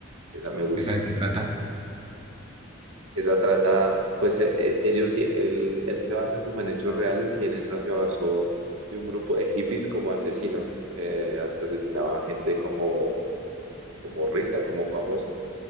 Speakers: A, on the right; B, on the right.
A: Esa me gustó.
B: ¿Esa de qué trata?
A: Esa trata, pues e- e- ellos, y- él, él se basa como en hechos reales y en esta se basó de un grupo de hippies como asesinos que a- asesinaban gente como como rica, como famosa.